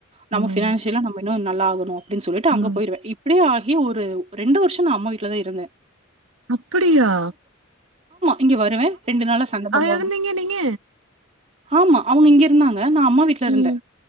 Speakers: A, on the right (about 35°); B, on the right (about 80°).
A: நம்ம
B: ம்.
A: ஃபினான்சியலா நம்ம இன்னு ந ல்லா ஆகணு அப்டின் சொல்லிட்டு
B: ம்.
A: அங்க போயிருவ இப்டியே ஆகி ஒரு ரெண்டு வர்ஷொ நா அம்மா வீட்ல தா இருந்தே
B: அப்புடியா
A: இங்கெ வருவ ரெண்டு நாளா சண்ட போடுவாங்க
B: இருந்தீங்க நீங்க?
A: ஆமா அவுங்க இங்க இருந்தாங்க நா அம்மா வீட்ல இருந்த
B: ம்.